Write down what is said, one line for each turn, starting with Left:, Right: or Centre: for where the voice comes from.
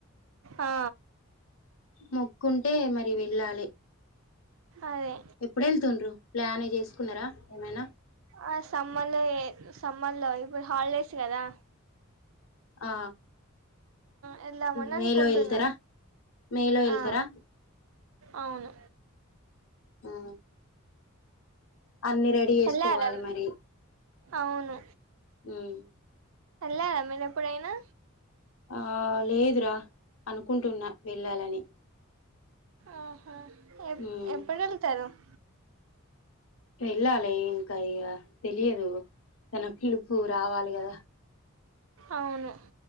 Right: ఆ
Left: మొక్కుంటే మరి వెళ్ళాలి
Right: అదే
Left: ఎప్పుడు వెళ్తుండ్రు ప్లాన్ చేసుకున్నారా ఏమైనా
Right: ఆ సమ్మ లో సమ్మర్ లో ఇప్పుడు హాలిడేస్ కదా
Left: ఆ
Right: వెళ్దామని
Left: మేల
Right: అనుకుంటున్నాం
Left: వెల్తారా మెల వెల్తారా
Right: ఆ అవును
Left: ఆ అన్నిీ రెడీ చేసుకోవాలి
Right: వెళ్లారా
Left: మరి
Right: అవును
Left: ఉమ్.
Right: అలా మీేన ఎప్పుడైనా
Left: ఆ లేదురా అనుకుంటున్నా వెళ్ళాలని
Right: ఆహా ఎ
Left: ఉమ్.
Right: ఎప్పుడు వెళ్తారు <inaudible>
Left: వెళ్ళాలి ఇంకాయక తెలియదు తన పిలుపు రావాలి కదా
Right: అవును